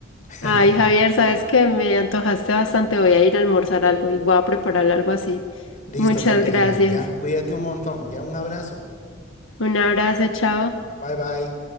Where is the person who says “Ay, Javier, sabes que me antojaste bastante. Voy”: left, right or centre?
Left